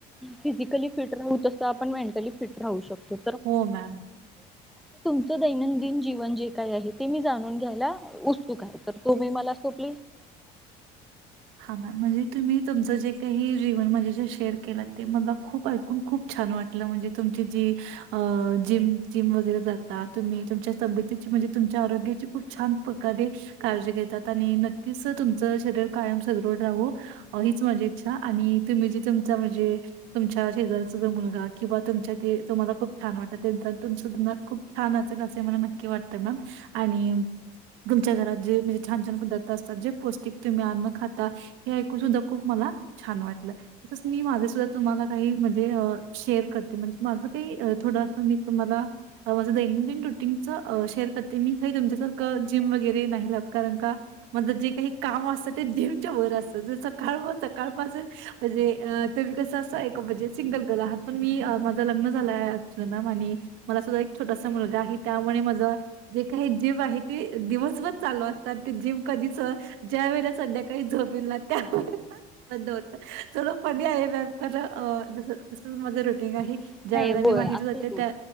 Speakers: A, in the centre; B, on the right (about 75°).
A: फिजिकली फिट राहू तस आपण मेंटली फिट राहू शकतो.
B: हो मॅम
A: ते दैनंदिन जीवन जे काय आहे ते मी जाणून घ्यायला उत्सुक आहे. तर तुम्ही मला खुप
B: हा मॅडॅम म्हणजे तुम्ही तुमचं जे काही जीवन माझ्या शेअर केलं ते मला खूप ऐकून खूप छान वाटलं म्हणजे तुमची जी अ जिम जिम वगैरे जाता तुम्ही तुम्ही तुमचे जीवन जे माझ्या शी शेअर केलं, तुमच्या तब्यतीची म्हणजे तुमच्या आरोग्याची खूप छान प्रकारे काळजी घेता आणि नक्कीच तुमचं शरीर कायम सदृढ राहू हीच माझी इच्छा आणि तुम्ही जे तुमचा म्हणजे तुमच्या शेजारचा जो मुलगा नक्की तुमचे शिरीर कायम सुद्धरुड रहो, हीच माझी इच्छा किंवा तुमच्या ते तुम्हाला खूप छान वाटत तु खूप छान असल असे मला नक्की वाटत मॅम आणि तुमच्या घरात जे म्हणजे छान छान पदार्थ असतात जे पौष्टिक तुम्ही अन्न खाता हे ऐकून सुद्धा खूप मला छान वाटलं तसंच मी माझे सुद्धा तुम्हाला काही म्हणजे शेअर करते म्हणजे माझं काही छान- छान पदार्थ असतात जे पौष्टिक तुम्ही अन्न खाता हे ऐकून सुद्धा खुप मला छान वाटलं तसंच थोडंस मी तुम्हाला माझं दैनंदिन रुटीनच शेअर करते मी काही तुमच्यासारखं जिम वगैरे नाही लागत. कारण का माझं जे काही काम असत ते जिमच्या वर असतं. जे सकाळपसून म्हणजे तुम्ही कस सिंगल आहे. मी माझं लग्न कारण का माझे जे काही काम असत ते जिम च्या वर असत सकाळ पासून तुम्ही कस सिंगल आहे, माझे लग्न झाले आहे मला ऐक छोटासा मुलगा आहे. क् मॅम आणि मला सुद्धा एक छोटासा मुलगा आहे त्यामुळे माझ जे काही जीम आहे ते दिवसभर चालू अस. ते जिम कधीच ज्या वेळे संध्याकाळी झोप येईल ना त्या बंद होत चल पध आहे व्यायाम कर ज तस माझं रुटीन आहे.
A: नाही
B: ज्यावेेळेला
A: होय
B: मी माहित
A: असे
B: होते
A: तू
B: त्या